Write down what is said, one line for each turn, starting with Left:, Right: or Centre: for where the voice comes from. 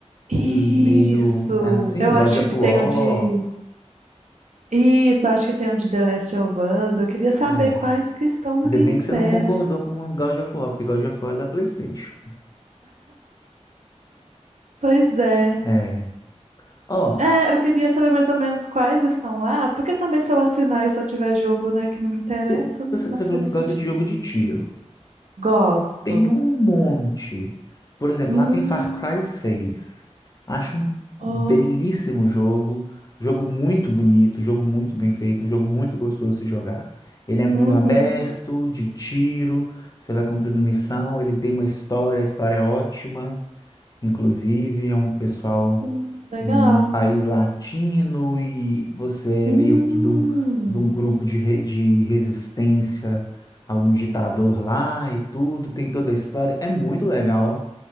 Right: Isso,
Left: meio é assim,
Right: eu acho
Left: God of
Right: que
Left: War.
Right: tem o de. Isso, acho que tem o de The Last of Us. Eu queria saber
Left: É.
Right: quais que estão no
Left: Ainda
Right: Game
Left: bem que você
Right: Pass.
Left: não concordou com o God of War, porque God of War é da PlayStation.
Right: Pois é.
Left: É. Ó,
Right: É, eu queria saber mais ou menos quais estão lá, porque também se eu assinar e só tiver jogo, né, que não me interessa,
Left: você
Right: não
Left: você-
Right: vai
Left: você
Right: fazer
Left: falou que
Right: sentido.
Left: gosta de jogo de tiro.
Right: Gosto.
Left: Tem um monte. Por exemplo,
Right: Hum,
Left: lá tem Far Cry seis, Acho um belíssimo
Right: oh,
Left: jogo. Jogo muito bonito, jogo muito bem feito, um jogo muito gostoso de se jogar. Ele é mundo
Right: uhum,
Left: aberto, de tiro, você vai cumprindo missão, ele tem uma história, a história é ótima, inclusive, é um pessoal
Right: hum, legal.
Left: num, num país latino e você
Right: Hum,
Left: é meio que de um, de um grupo de, re- de resistência a um ditador lá e tudo, tem toda a história. É muito legal.